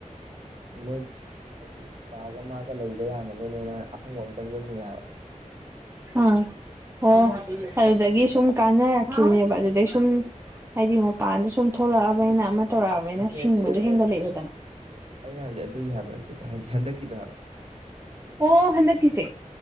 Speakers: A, on the right (about 50°); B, on the right (about 20°).
A: ꯃꯣꯏ ꯍꯥꯏꯗꯤ ꯗꯥꯒ ꯃꯥꯒ ꯂꯩꯕ ꯌꯥꯅꯕꯩꯅꯦꯅ ꯑꯐꯪꯕ ꯑꯃ ꯆꯪꯖꯜꯂꯤꯅꯦꯕ
B: ꯑꯥ ꯑꯣ ꯑꯗꯨꯗꯒꯤ ꯁꯨꯝ ꯀꯥꯟꯅꯔꯛꯈꯤꯕꯅꯦꯕ ꯑꯗꯨꯗꯩ ꯁꯨꯝ ꯍꯥꯏꯗꯤ ꯃꯄꯥꯟꯗ ꯁꯨꯝ ꯊꯣꯛꯂꯛꯑꯕꯅꯤꯅ ꯑꯃ ꯇꯧꯔꯛꯑꯕꯅꯤꯅ
A: ꯅꯠꯇꯦ
B: ꯁꯤꯡꯕꯗꯣ
A: ꯅꯠꯇꯦ ꯅꯠꯇꯦ
B: ꯍꯦꯟꯒꯠꯂꯛꯑꯦꯗꯅ
A: ꯅꯠꯇꯦ ꯑꯩꯅ ꯍꯥꯏꯕꯗꯤ ꯑꯗꯨꯒꯤ ꯍꯥꯏꯕ ꯅꯠꯇꯦꯕ ꯍꯟꯗꯛꯀꯤꯗꯣ ꯍꯥꯏꯕ
B: ꯑꯣ ꯍꯟꯗꯛꯀꯤꯁꯦ